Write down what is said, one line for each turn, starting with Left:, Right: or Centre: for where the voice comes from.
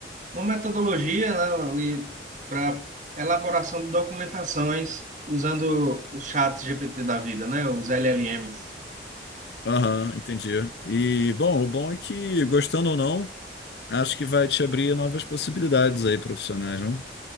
Right: uma metodologia, né, ali para elaboração de documentações usando os chats GPT da vida, né, os LLMs.
Left: Aham, entendi. E, bom, o bom é que, gostando ou não, acho que vai te abrir novas possibilidades aí profissionais, não?